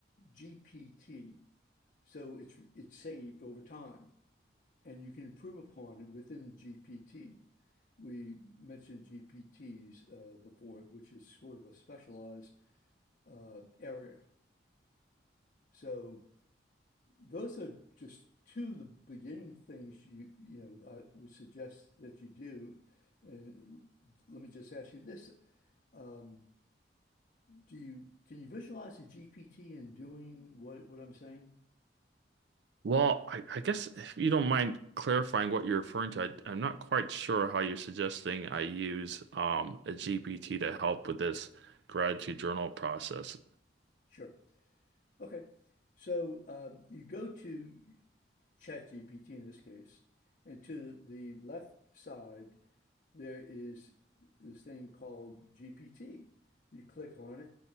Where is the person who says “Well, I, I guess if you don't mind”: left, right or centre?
Right